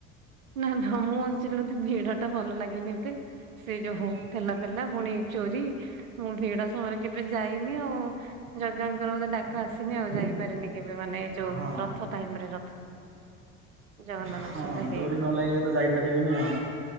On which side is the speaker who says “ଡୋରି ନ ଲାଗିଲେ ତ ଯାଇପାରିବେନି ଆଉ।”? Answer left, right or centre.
Right